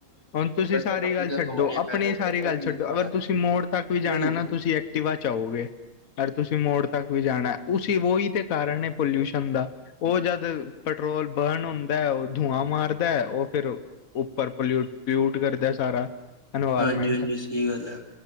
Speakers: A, on the left (about 75°); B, on the left (about 20°).
A: ਹੁਣ ਤੁਸੀਂ ਸਾਰੀ
B: ਵਗੈਰਾ
A: ਗੱਲ
B: ਬਹੁਤ ਜ਼ਿਆਦਾ
A: ਛੱਡੋ
B: ਬਿਮਾਰੀਆਂ
A: ਆਪਣੀ
B: ਫੈਲ ਜਾਂਦੀਆਂ
A: ਸਾਰੀ ਗੱਲ
B: ਤੁਸੀਂ
A: ਛੱਡੋ ਅਗਰ
B: ਹਨਾ
A: ਤੁਸੀਂ ਮੋੜ ਤੱਕ ਵੀ ਜਾਣਾ
B: ਜੀ
A: ਨਾ ਤੁਸੀਂ ਐਕਟਿਵਾ ਚਾਹੋਗੇ ਯ ਤੁਸੀਂ ਮੋੜ ਤੱਕ ਵੀ ਜਾਣਾ ਉਸ ਉਹੀ ਤੇ ਕਾਰਨ ਐ। ਪੋਲਊਸ਼ਨ ਦਾ ਉਹ ਜਦ ਪੈਟਰੋਲ ਬਰਨ ਹੁੰਦਾ ਉਹ ਧੂੰਆਂ ਮਾਰਦਾ ਉਹ ਫਿਰ ਉੱਪਰ ਪਲਿਊ ਪਲਿਊਟ ਕਰਦਾ ਸਾਰਾ। ਇਨਵਾਇਰਮੈਂਟ
B: ਹਾਂਜੀ ਹਾਂਜੀ ਸਹੀ ਗੱਲ ਹੈ